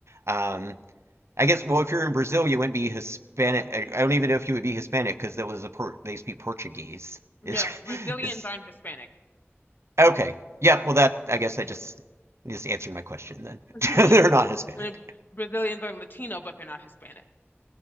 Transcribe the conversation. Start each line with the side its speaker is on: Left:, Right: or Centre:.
Right: Um, I guess well if you're in Brazil you wouldn't be Hispanic. I, I don't even know if you would be Hispanic because there was a port they speak Portuguese. Is
Left: Yeah, Brazilians
Right: <laughs> is
Left: aren't Hispanic.
Right: okay. Yeah, well that I guess I just just answered my question then.
Left: Yeah.
Right: <laughs> They're not Hispanic.
Left: Uh, Brazilians are Latino, but they're not Hispanic.